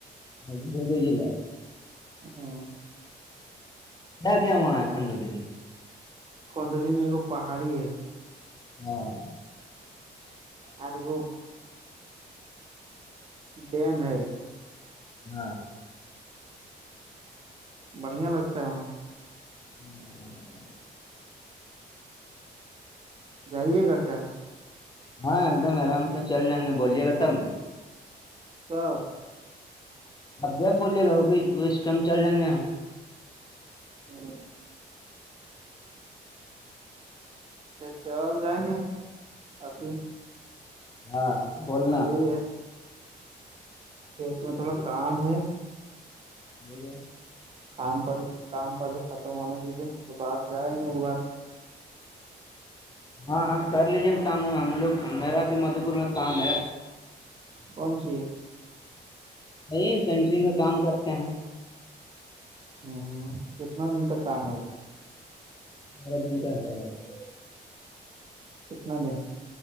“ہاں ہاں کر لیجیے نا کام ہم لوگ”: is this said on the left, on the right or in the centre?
Left